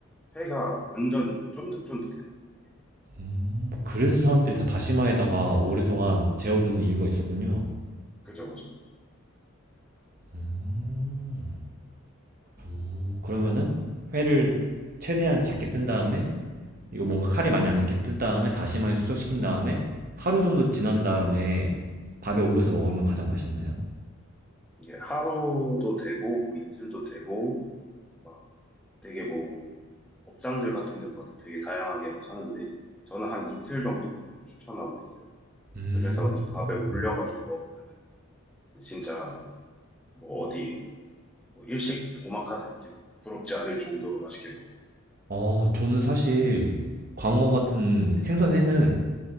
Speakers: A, in the centre; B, on the right.
A: 회가 완전 쫀득쫀득해져요. 그게.
B: 음, 그래서 사람들이 다 다시마에다가 오랫동안 재워두는 이유가 있었군요.
A: 그죠, 그죠.
B: 음. 음, 그러면은 회를
A: 네,
B: 최대한 작게 뜬 다음에 이거 뭔가 칼이 많이 안 닿게 뜬 다음에 다시마에 숙성시킨 다음에 하루 정도 지난
A: 네.
B: 다음에 밥에 올려서 먹으면 가장 맛있나요?
A: 이게 하루도 되고, 뭐 이틀도 되고, 막 되게 뭐 업장들 같은 데 봐도 되게 다양하게 막 하는데, 저는 한 이틀 정도 추천하고 있어요.
B: 음.
A: 그래서 이제 밥에 올려가지고 먹으면은 진짜 뭐 어디 뭐 일식 오마카세집 부럽지 않을 정도로 맛있게 먹을 수 있어요.
B: 어, 저는 사실 광어 같은 생선회는